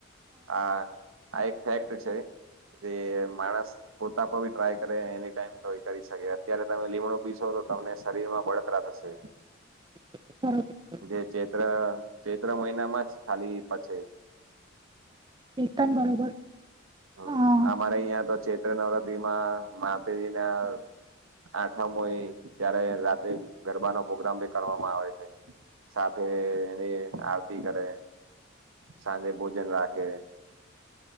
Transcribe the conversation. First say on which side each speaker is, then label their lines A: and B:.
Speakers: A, on the right (about 85°); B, on the right (about 20°).
A: આ આ એક ફેક્ટ છે, જે માણસ પોતા પર ભી ટ્રાય કરે એનીટાઈમ તોઈ કરી શકે અત્યારે તમે લીમડો પીશો તો તમને શરીરમાં બળતરા થશે.
B: <inaudible>
A: જે ચૈત્ર ચૈત્ર મહિનામાં જ ખાલી પચે
B: એકદમ બરોબર
A: હ
B: હા
A: અમાર અહિયાં તો ચૈત્ર નવરાત્રીમાં માતેજીના આઠમ હોય ત્યારે રાતે ગરબાનો પ્રગ્રામ બી કરવામાં આવે છે. સાથે એની આરતી કરે સાંજે ભોજન રાખે